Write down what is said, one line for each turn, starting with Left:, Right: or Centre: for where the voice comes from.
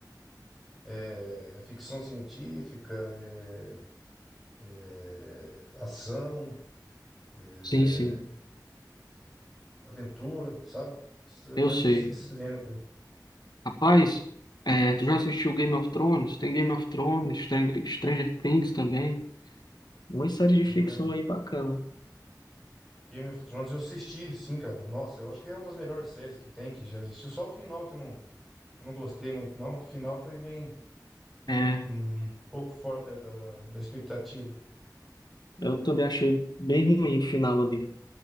Centre: é é ficção científica, é, é ação. é,
Left: Sim, sim,
Centre: aventura, sabe? Isso-
Left: eu
Centre: Mas
Left: sei.
Centre: esses gêneros,
Left: Rapaz, é, tu já assistiu Game of Thrones? Tem Game of Thrones, Stranger, Stranger Things também. Uma série de
Centre: Game
Left: ficção
Centre: of,
Left: aí bacana.
Centre: Game of Thrones, eu assisti, sim, cara. Nossa, eu acho que é uma das melhores séries que tem, que já existiu. Só o final que eu não, eu não gostei muito, não, que o final foi bem, foi
Left: É,
Centre: um, um pouco fora da, da, da expectativa.
Left: eu também achei bem ruim o final ali.